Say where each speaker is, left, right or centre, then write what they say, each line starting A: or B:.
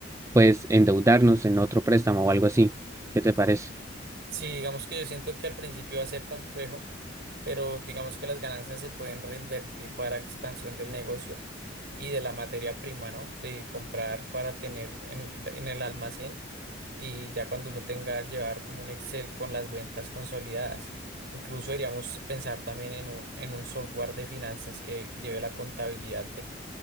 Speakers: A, on the right; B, on the right.
A: pues, endeudarnos en otro préstamo o algo así. ¿Qué te parece?
B: Sí, digamos que yo siento que al principio va a ser complejo, pero digamos que las ganancias se pueden reinvertir para expansión del negocio y de la materia prima, ¿no? De comprar para tener en, en el almacén y ya cuando uno tenga llevar como un Excel con las ventas consolidadas. Incluso deberíamos pensar también en un, en un software de finanzas que lleve la contabilidad